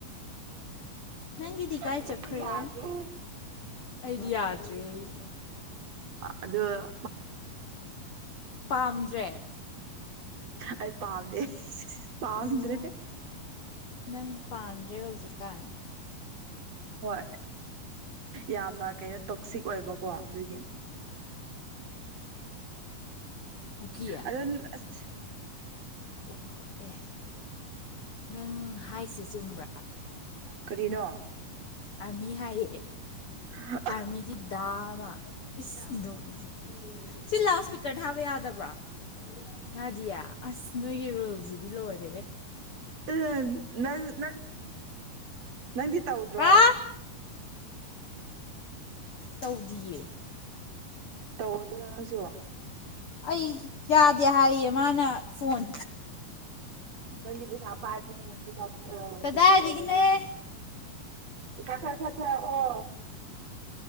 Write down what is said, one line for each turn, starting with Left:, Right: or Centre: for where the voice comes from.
Left: ꯅꯪꯒꯤꯗꯤ ꯏ ꯀꯥꯏ
Right: ꯑꯩꯗꯤ
Left: ꯆꯠꯈ꯭ꯔꯦ
Right: ꯌꯥꯗ꯭ꯔꯦ
Left: ꯑꯩꯗꯤ ꯌꯥꯗ꯭ꯔꯦ ꯑꯩ
Right: ꯑꯗ
Left: ꯄꯥꯝꯗ꯭ꯔꯦ
Right: ꯑꯩ ꯄꯥꯝꯗꯦ ꯄꯥꯝꯗ꯭ꯔꯦ
Left: ꯑꯣ ꯅꯪ ꯄꯥꯟꯗ꯭ꯔꯦ ꯍꯧꯖꯤꯛꯀꯥꯟ
Right: ꯍꯣꯏ ꯌꯥꯝꯅ ꯀꯩꯅꯣ ꯇꯣꯛꯁꯤꯛ ꯑꯣꯏꯕꯀꯣ ꯑꯗꯨꯒꯤ
Left: ꯀꯨꯀꯤꯌꯥ
Right: ꯑꯗꯨ ꯑꯁ
Left: ꯑꯣ ꯑꯦ ꯅꯪ ꯍꯥꯏꯁ ꯆꯨꯝꯕ꯭ꯔꯥ
Right: ꯀꯔꯤꯅꯣ
Left: ꯑꯥꯔꯃꯤ ꯍꯥꯏꯌꯦꯑꯦ
Right: ꯑ
Left: ꯃꯤꯒꯤ ꯗꯥꯃ ꯏꯗꯣ ꯏꯁꯦ ꯁꯤꯜ ꯂꯥꯎꯑꯣ ꯏꯁꯄꯤꯀꯔ ꯊꯥꯕ ꯌꯥꯗꯕ꯭ꯔꯥ ꯌꯥꯗꯤꯌꯦ ꯑꯁ ꯅꯣꯏꯒꯤ ꯔꯨꯜꯁꯤꯗꯤ ꯂꯣꯏꯔꯦ
Right: ꯎ ꯅꯪ ꯅꯪ ꯅꯪꯗꯤ ꯇꯧꯗ꯭ꯔꯣ
Left: ꯍꯥ ꯇꯧꯗꯤꯌꯦ
Right: ꯇꯧꯗꯪꯁꯨ
Left: ꯑꯩ ꯌꯥꯗꯦ ꯍꯥꯏꯌꯦ ꯃꯥꯅ ꯐꯣꯟ
Right: ꯀꯗꯤ ꯄꯁ ꯄ ꯍꯥꯏꯗꯅꯤ
Left: ꯀꯗꯥꯏꯗꯒꯤꯅꯣꯍꯦ
Right: ꯀꯩꯅꯅꯦ ꯇꯗ ꯀꯔ ꯀꯦꯇ꯭ꯔꯦ ꯑꯣ